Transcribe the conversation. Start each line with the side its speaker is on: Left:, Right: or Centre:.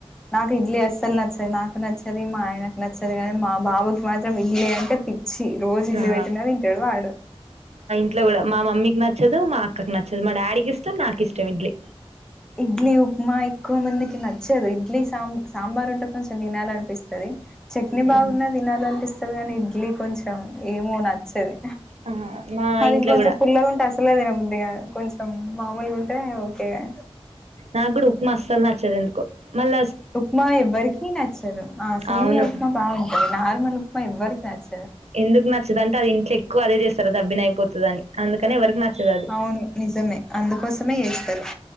Centre: నాకు ఇడ్లీ అసలు నచ్చది నాకు నచ్ తది మా ఆయనకు నచ్చదు కానీ మా బాబుకి మాత్రం ఇడ్లీ అంటే చ్చి రోజు ఇడ్లీ
Right: ఆ
Centre: పెట్టిన తింటాడు వాడు
Right: ఇట్లా కూడా మా మమ్మీకి నచ్చదు మా అక్కకి నచ్చదు మా డాడీకి ఇష్టం నాకు ఇష్టం ఇడ్లీ
Centre: ఇడ్లీ ఉప్మా ఎక్కువ మందికి నచ్చదు ఇడ్లీ సాంబ సాంబార్ ఉంటే కొంచెం తినాలనిపిస్తది చట్నీ బాగున్న
Right: ఉ
Centre: తినాలనిపిస్తది కానీ ఇడ్లీ కొంచెం ఏమో నచ్చది
Right: ఆ మా
Centre: అది
Right: ఇంట్లో
Centre: ఇంకొంచెం
Right: కూడా
Centre: పుల్లగా ఉంటే అసలె తినబుద్ది కాదు కొంచెం మామూలుగుంటే ఓకేగా
Right: నాకు కూడా ఉప్మా అసలు నచ్చదు ఎందుకో మళ్ళ
Centre: ఉప్మా ఎవ్వరికీ నచ్చదు ఆ సేమియ
Right: అవును
Centre: ఉప్మా బాగుంటుంది నార్మల్ ఉప్మా ఎవ్వరికి నచ్చదు,
Right: ఎందుకు నచ్చదు అంటే అది ఇంట్లా ఎక్కువదే చేస్తారు దబ్బిని అయిపోతుంది అందుకని ఎవరికి నచ్చదు అది
Centre: అవును నిజమే అందుకోసమే చేస్తారు,